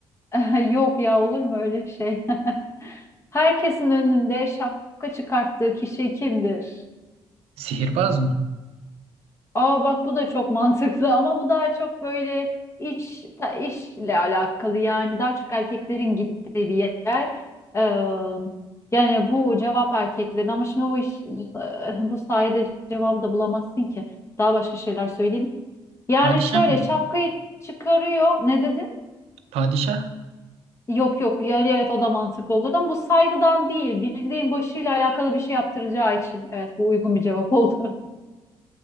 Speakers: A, on the left; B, on the right.
A: <laughs> Yok ya olur mu öyle şey? <laughs> Herkesin önünde şapka çıkarttığı kişi kimdir?
B: Sihirbaz mı?
A: Aa bak bu da çok <laughs> mantıklı ama bu daha çok böyle iş ta, işle alakalı yani daha çok erkeklerin gittiği bir yer. Ee, yani bu cevap erkeklerin ama şimdi bu iş bu sayede cevabı da bulamazsın ki. Daha başka şeyler söyleyeyim. Yani
B: Padişah
A: şöyle
B: mı?
A: şapkayı çıkarıyor. Ne dedin?
B: Padişah?
A: Yok yok yani evet o da mantıklı olur ama bu saygıdan değil bildiğin başıyla alakalı bir şey yaptıracağı için evet bu uygun bir cevap oldu. <laughs>